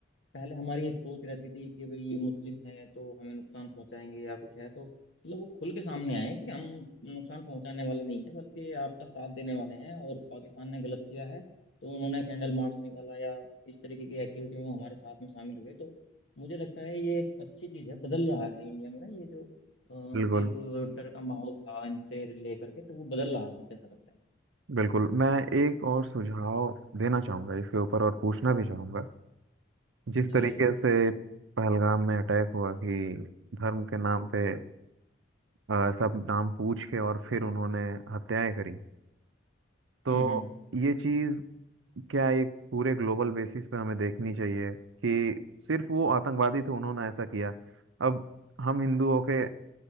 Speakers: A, on the left; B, on the right.
A: पहले हमारी एक सोच रहती थी कि भाई ये मुस्लिम है तो हमें नुकसान पहुंचाएंगे या कुछ है तो मतलब वो खुल के सामने आए कि हम नुकसान पहुंचाने वाले नहीं है बल्कि आपका साथ देने वाले हैं और पाकिस्तान ने गलत किया है तो उन्होंने कैंडल मार्च निकाला या इस तरीके की एक्टिविटी में वो हमारे साथ में शामिल हुए तो मुझे लगता है ये एक अच्छी चीज़ है बदल रहा है इंडिया में ना ये जो अ,
B: बिल्कुल
A: एक डर का माहौल था इनसे लेकर के तो वो बदल रहा है मुझे ऐसा लगता है
B: बिल्कुल मैं एक और सुझाव देना चाहूंगा इसके ऊपर और पूछना भी चाहूंगा जिस
A: जी
B: तरीके
A: जी जी
B: से पहलगाम में अटैक हुआ कि धर्म के नाम पे अ, सब नाम पूछ के और फिर उन्होंने हत्याएं करी तो
A: हम्म हम्म
B: ये चीज क्या एक पूरे ग्लोबल बेसिस पे हमें देखनी चाहिए कि सिर्फ वो आतंकवादी थे उन्होंने ऐसा किया अब हम हिंदू होके